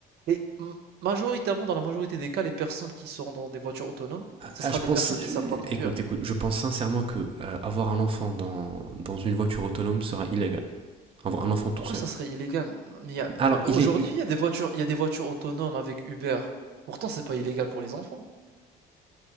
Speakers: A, on the right; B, on the right.
A: Et m- majoritairement, dans la majorité des cas, les personnes qui seront dans des voitures autonomes, ce
B: Ah,
A: sera
B: je
A: des
B: pense,
A: personnes
B: euh,
A: qui savent pas conduire.
B: écoute, écoute, je pense sincèrement que euh, avoir un enfant dans, dans une voiture autonome sera illégal. un enfant tout
A: Pourquoi
B: seul.
A: ça serait illégal? Mais il y a-
B: Alors,
A: Aujourd'hui,
B: il est, euh,
A: il y a des voitures, il y a des voitures autonomes avec Uber. Pourtant, c'est pas illégal pour les enfants.